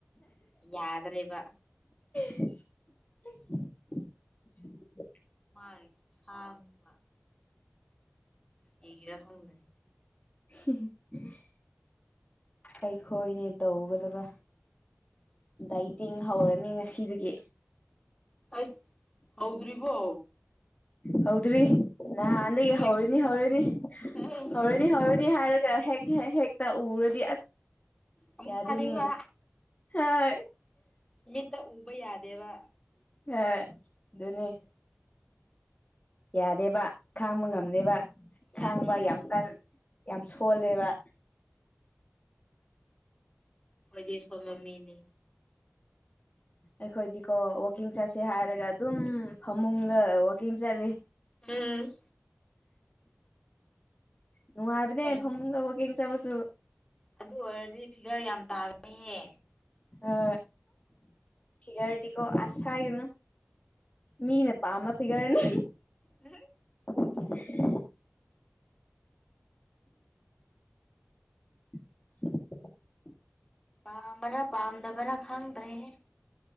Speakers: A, on the left; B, on the left.
A: ꯌꯥꯗ꯭ꯔꯦꯕ
B: <unintelligible> <inaudible>
A: ꯃꯥꯏ ꯁꯥꯡꯕ ꯀꯔ ꯍꯣꯗꯅꯤ
B: <unintelligible> <inaudible> ꯑꯩꯈꯣꯏꯅꯦ ꯇꯧꯒꯗꯕ ꯗꯥꯩꯇꯦꯡ ꯍꯧꯔꯅꯤ ꯉꯁꯤꯗꯒꯤ
A: ꯑꯁ ꯍꯥꯎꯗ꯭ꯔꯤꯔꯤꯕꯣ
B: ꯍꯗ꯭ꯔꯤ ꯅ ꯍꯥꯟꯗꯗꯒꯤ ꯍꯧꯔꯤꯅꯤ
A: ꯀꯔꯤꯔ
B: ꯍꯧꯔꯅꯤ
A: ꯑꯦ
B: ꯍꯧꯔꯅꯤ ꯍꯧꯅꯤ ꯅꯤ ꯍꯥꯏꯔꯒ ꯍꯦꯛ ꯍꯦꯛ ꯍꯦꯛꯇ ꯎꯔꯗꯤ
A: ꯑꯃꯨꯛ
B: ꯌꯥꯗꯅꯤ
A: ꯆꯥꯅꯤꯡꯕ
B: ꯍ <inaudible>
A: ꯃꯤꯠꯇ ꯎꯕ ꯌꯥꯗꯦꯕ
B: ꯍ ꯑꯗꯨꯅꯤ ꯌꯥꯔꯦꯕ ꯈꯥꯡꯕ ꯉꯝꯅꯦꯕ
A: ꯌꯥꯗꯦ
B: ꯈꯥꯡꯕ
A: ꯌꯥꯗꯦ
B: ꯌꯥꯝ ꯀꯜ ꯌꯥꯝ ꯁꯣꯜꯂꯦꯕ
A: ꯑꯣꯏꯣꯏꯗꯤ ꯁ ꯃꯃꯤꯅꯤ
B: ꯑꯩꯈꯣꯏꯗꯤꯀꯣ ꯋꯀꯤꯡ ꯆꯠꯁꯦ ꯍꯥꯏꯔꯒ ꯑꯗꯨꯝ ꯐꯃꯨꯡꯗ ꯋꯀꯤꯡ ꯆꯠꯂꯤ
A: ꯎꯝ
B: ꯅꯉꯥꯏꯕꯅꯦ
A: ꯑꯗꯨ ꯑꯣꯏꯔꯗꯤ
B: ꯐꯝꯃꯨꯡ ꯀꯕ ꯀꯦꯡ ꯆꯕꯁꯨ
A: ꯑꯗꯨ ꯑꯣꯏꯔꯗꯤ ꯐꯤꯒꯔ ꯌꯥꯝ ꯇꯥꯒꯅꯤꯌꯦ
B: ꯑ ꯊꯗꯤꯀꯣ ꯑꯁ ꯍꯥꯏꯥꯏ ꯀꯅꯣ ꯃꯤꯅꯦ ꯄꯥꯝꯃ ꯐꯤꯒꯔꯅꯦ
A: ꯎꯝ
B: <unintelligible> <inaudible> ꯁꯤ <unintelligible> <inaudible>
A: ꯄꯥꯝꯕ꯭ꯔꯥ ꯄꯥꯝꯗꯕꯔꯥ ꯈꯪꯗ꯭ꯔꯦꯍ